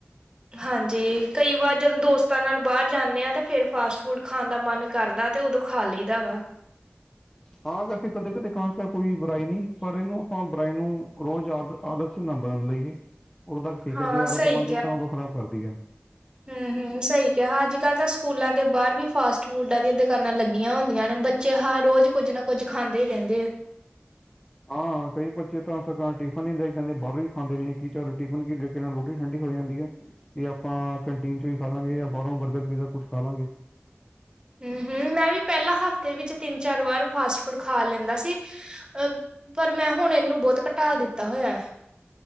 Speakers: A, on the right (about 20°); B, on the left (about 20°).
A: ਹਾਂਜੀ ਕਈ ਵਾਰ ਜਦੋਂ ਦੋਸਤਾਂ ਨਾਲ ਬਾਹਰ ਜਾਂਦੇ ਹਾਂ ਤਾਂ ਫੇਿਰ ਫਾਸਟ ਫੂਡ ਖਾਣ ਦਾ ਮਨ ਕਰਦਾ ਤੇ ਉਦੋਂ ਖਾ ਲਈ ਦਾ ਵਾ
B: ਹਾਂ ਵੈਸੇ ਕਦੇ ਕਦੇ ਖਾਂਸ ਤਾਂ ਕੋਈ ਬੁਰਾਈ ਨਹੀਂ ਪਰ ਇਹਨੂੰ ਆਪਾਂ ਬੁਰਾਈ ਨੂੰ ਰੋਜ਼ ਆਦਤ ਸੀ ਨਾ ਬਦਨ ਲਈਏ ਉਦੋਂ ਤੱਕ ਠੀਕ
A: ਹਾਂ
B: ਹੈ ਜੇ
A: ਸਹੀ
B: ਆਦਤ ਬਣ ਜਾਏ ਤਾਂ ਉਦੋਂ ਖਰਾਬ ਕਰਦੀ ਹੈ
A: ਹਮ-ਹਮ ਸਹੀ ਕਿਹਾ ਅੱਜ ਕੱਲ੍ਹ ਤਾਂ ਸਕੂਲਾਂ ਦੇ ਬਾਹਰ ਵੀ ਫਾਸਟ ਫੂਡਾਂ ਦੀਆਂ ਦੁਕਾਨਾਂ ਲੱਗੀਆਂ ਹੁੰਦੀਆਂ ਨੇ ਬਚ ਚਿਹਾ ਰੋਜ਼ ਕੁੱਝ ਨਾ ਕੁੱਝ ਖਾਂਦੇ ਹੀ ਰਹਿੰਦੇ ਆ
B: ਹਾਂ ਕਈ ਬੱਚੇ ਤਾਂ ਟਿਫਿਨ ਹੀ ਲੈ ਕੇ ਨਹੀਂ ਆਂਦੇ ਬਾਹਰੋਂ ਹੀ ਖਾਂਦੇ ਨੇ ਕਿ ਚੱਲ ਟਿਫਨ ਕੀ ਰੋਟੀ ਠੰਡੀ ਹੋ ਜਾਂਦੀ ਹੈ ਕਿ ਆਪਾਂ ਕੰਟੀਨ ਚੋਂ ਹੀ ਖਾ ਲਾਂਗੇ ਜਾਂ ਬਾਹਰੋਂ ਬਰਗਰ ਪੀਜ਼ਾ ਕੁਛ ਖਾ ਲਾਂਗੇ
A: ਹਮ-ਹਮ ਮੈਂ ਵੀ ਪਹਿਲਾਂ ਹਫ਼ਤੇ ਵਿੱਚ ਤਿੰਨ ਚਾਰ ਵਾਰ ਫਾਸਟ ਫੂਡ ਖਾ ਲੈਂਦਾ ਸੀ ਅ ਪਰ ਮੈਂ ਹੁਣ ਇਹਨੂੰ ਬਹੁਤ ਘਟਾ ਦਿੱਤਾ ਹੋਇਆ